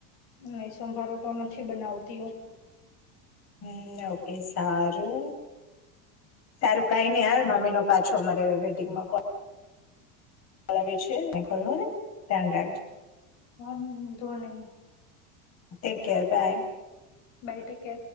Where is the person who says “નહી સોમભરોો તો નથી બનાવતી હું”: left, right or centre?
Left